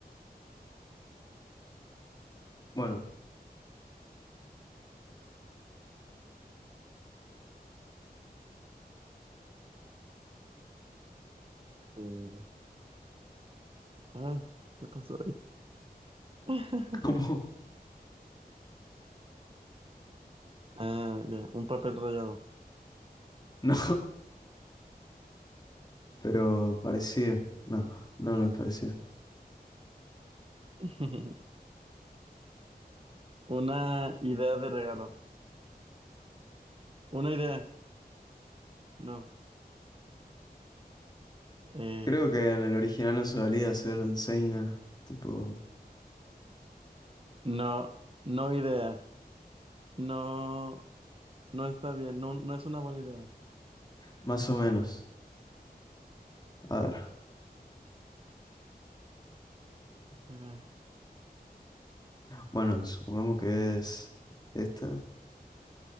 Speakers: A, on the left; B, on the right.
A: Bueno,
B: eh, Ay, ¿qué pasó ahí? <laughs>
A: ¿cómo? <laughs>
B: Ah, ya, un papel rayado.
A: No, pero parecido. No, no, no es parecido.
B: <laughs> Una idea de regalo. Una idea. No. Eh,
A: Creo que en el original no se valía hacer enseña, tipo,
B: no, no idea. No, no está bien. No, no es una buena idea.
A: más o menos. A ver,
B: Espera.
A: bueno, supongamos que es esta.